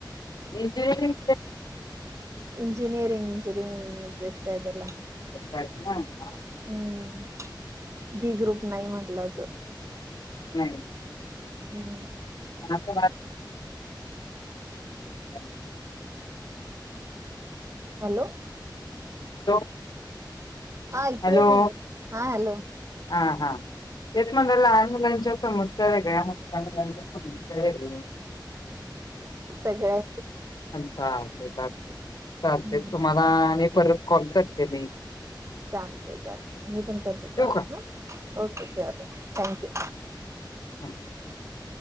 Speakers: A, on the left (about 60°); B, on the right (about 40°).
A: इंजिनीरिंग,
B: इंजिनीरींग इंजिरींग इंट्रेस्ट आहे तेला,
A: आहे हा हा,
B: हम्म बी ग्रुप नाही म्हटलं तर,
A: नाही,
B: हम
A: आता <unintelligible>
B: हॅलो!
A: हॅलो,
B: हा ऐकू
A: हॅलो
B: येत नाही हा हॅलो,
A: हा हा तेच म्हणा लहान मुलांच्या समस्या वेगळ्या मोठ, मुलांच्या वेगळा,
B: सगळ्या,
A: चालत चालते चालते,
B: हम्म
A: तुम्हाला आणि परत कॉल करते मी,
B: चालते चालत मी पण करते कॉल
A: ठेवू का
B: हा, ओके ओके ठेवा, थँक्यू,
A: <unintelligible>